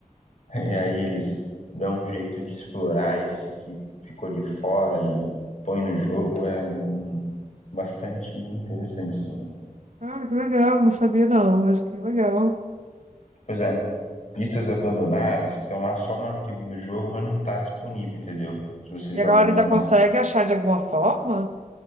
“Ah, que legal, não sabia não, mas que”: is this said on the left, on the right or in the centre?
Right